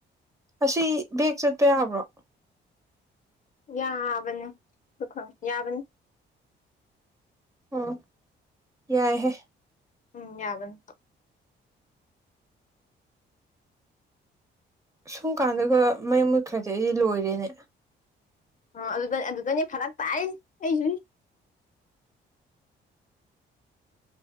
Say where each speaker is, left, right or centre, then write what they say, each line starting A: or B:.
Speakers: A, on the right (about 15°); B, on the left (about 40°).
A: ꯑꯁꯤ ꯕꯦꯛ ꯆꯠꯄ ꯌꯥꯕ꯭ꯔꯣ
B: ꯌꯥꯕꯅꯤꯗꯨ ꯌꯥꯕꯅꯤ
A: ꯑꯣ ꯌꯥꯏꯍꯦ
B: ꯎꯝ ꯌꯥꯕꯟ
A: ꯁꯨꯝ ꯀꯥꯟꯗꯨꯒ ꯃꯩ ꯃꯨꯠꯈ꯭ꯔꯗꯤ ꯑꯩꯗꯤ ꯂꯣꯏꯔꯦꯅꯦ
B: ꯑ ꯑꯗꯨꯗ ꯑꯗꯨꯗꯅꯦ ꯐꯔꯛ ꯇꯥꯛ ꯑꯩꯁꯨ